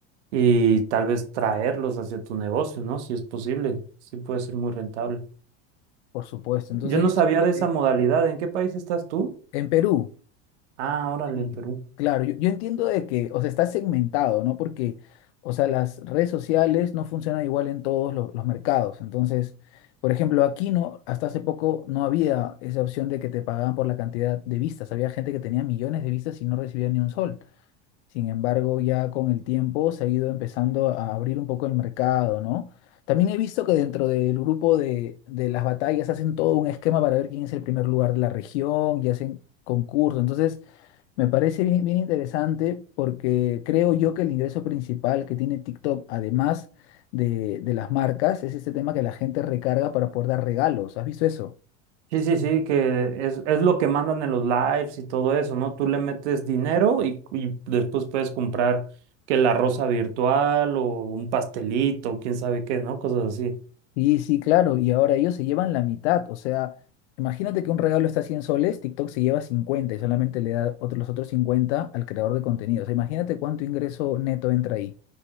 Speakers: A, on the right (about 80°); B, on the left (about 75°).
A: y tal vez traerlos hacia tu negocio, ¿no? Si es posible, sí puede ser muy rentable.
B: Por supuesto. Entonces,
A: Yo no
B: yo
A: sabía
B: siento
A: de esa
B: que
A: modalidad. ¿En qué país estás tú?
B: En Perú,
A: Ah, órale,
B: sí,
A: en Perú.
B: claro, yo, yo entiendo de que, o sea, está segmentado, ¿no? Porque, o sea, las redes sociales no funcionan igual en todos lo- los mercados. Entonces, por ejemplo, aquí no, hasta hace poco no había esa opción de que te pagaban por la cantidad de vistas. Había gente que tenía millones de vistas y no recibía ni un sol. Sin embargo, ya con el tiempo se ha ido empezando a abrir un poco el mercado, ¿no? También he visto que dentro del grupo de, de las batallas hacen todo un esquema para ver quién es el primer lugar de la región y hacen concursos. Entonces, me parece bien, bien interesante porque creo yo que el ingreso principal que tiene TikTok, además de, de las marcas, es este tema que la gente recarga para poder dar regalos. ¿Has visto eso?
A: Sí, sí, sí, que es, es lo que mandan en los lives y todo eso, ¿no? Tú le metes dinero y, y después puedes comprar que la rosa virtual o un pastelito, quién sabe qué, ¿no? Cosas así.
B: Y sí, claro, y ahora ellos se llevan la mitad. O sea, imagínate que un regalo está a 100 soles, TikTok se lleva 50 y solamente le da otro- los otros 50 al creador de contenido. O sea, imagínate cuánto ingreso neto entra ahí.